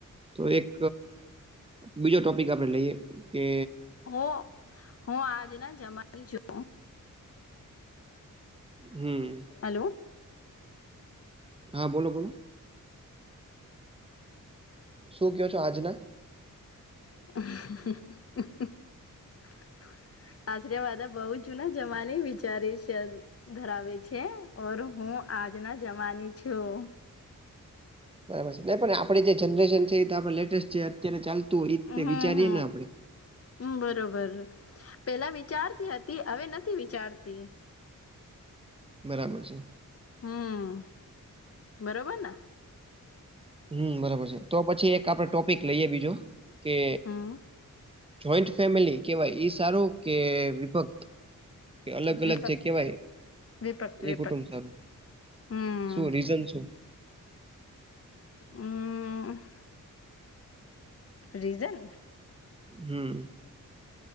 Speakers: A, on the right; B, on the left.
A: તો એક બીજો ટોપિક આપણે લઈએ કે
B: હ હું આજ ના જમાવી છું
A: હમ
B: હલો
A: હા બોલો બોલો શું કયો છો આજના
B: <unintelligible>
A: હ
B: આશ્ર્યવાદા બહુ જૂના જમાની વિચારી છે ધરાવે છે ઓર હું આજના જવાની છું
A: બરાબર છે નહી પણ આપડે જે જનરેશન છે એ તો આપ લેટેસ્ટ જે અત્યારે ચાલતું હોય એ
B: હમ
A: વિચારીએે ને આપણે
B: હમ બરોબર પેલા વિચારતી હતી હવે નથી વિચારતી
A: બરાબર છે
B: હમ બરોબર ને
A: હમ બરાબર છે તો પછી એક આપડ ટોપિક લઈએ બીજો કે
B: હમ
A: જોઈન્ટ ફેમિલી કેહેવાય ઈ સારો કે વિભક્ત કે અલગ અલગ
B: વિપક
A: જે કેહેવાય
B: વિપક
A: એ
B: વિપક
A: કુટુંબ સારું
B: હમ
A: શું રીઝન શું
B: હમ રીઝન
A: હમ